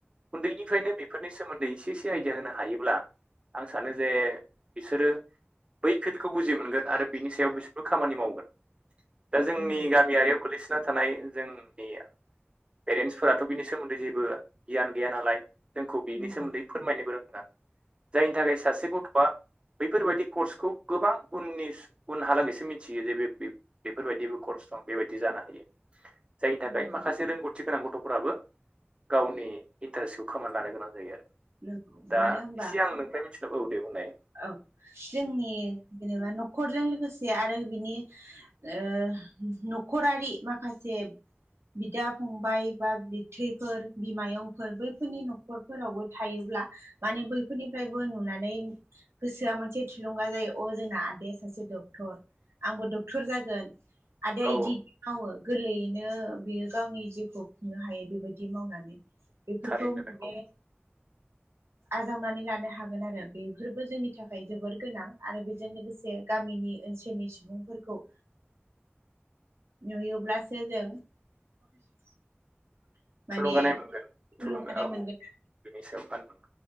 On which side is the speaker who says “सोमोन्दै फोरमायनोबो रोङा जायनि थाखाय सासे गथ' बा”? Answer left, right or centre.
Right